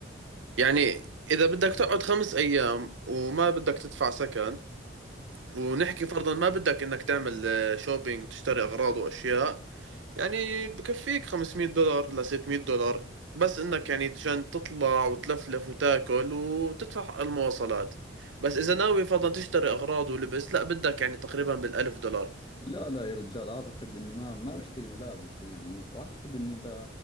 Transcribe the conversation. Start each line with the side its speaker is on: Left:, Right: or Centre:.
Right: يعني إذا بدك تقعد خمس أيام وما بدك تدفع سكن ونحكي فرضا ما بدك إنك تعمل شوبينج وتشتري أغراض وأشياء يعني بكفيك 500 دولار ل 600 دولار بس انك يعني عشان تطلع وتلفلف وتاكل وتدفع المواصلات بس اذا ناوي فرضا تشتري اغراض ولبس لا بدك يعني تقريبا بالالف دولار
Left: لا لا يا رجال أعتقد إني ما ما بشتري ملابس يعني وأعتقد إني ب...